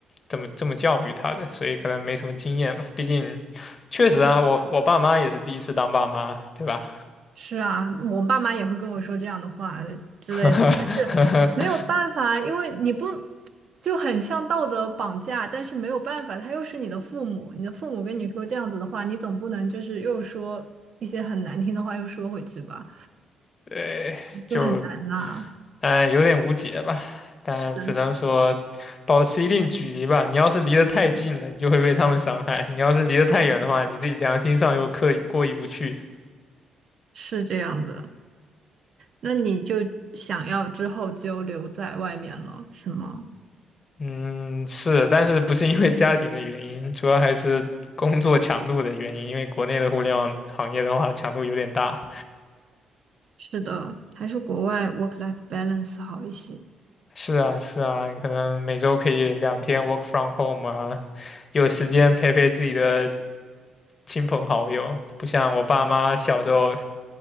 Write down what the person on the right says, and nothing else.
是啊，我爸妈也会跟我说这样的话之类的，
但是没有办法，因为你不就很像道德绑架，但是没有办法，他又是你的父母，你的父母跟你说这样子的话，你总不能就是又说一些很难听的话又说回去吧，
就很难啦。
是
是这样的，那你就想要之后就留在外面了，是吗？
是的，还是国外 work-life balance 好一些。